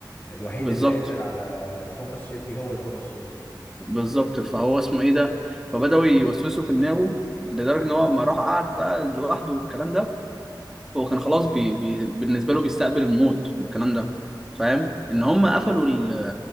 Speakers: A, on the left (about 25°); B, in the centre.
A: الوحيد
B: بالظبط
A: اللي قادر على توماس شيلبي هو توماس شيلبي
B: بالظبط فهو اسمه ايه ده فبداوا يوسوسوا في دماغه لدرجه ان هو ما راح قعد بقى لوحده والكلام ده هو كان خلاص بي بي بالنسبه له بيستقبل الموت والكلام
A: مم.
B: ده فاهم ان هم قفلوا ال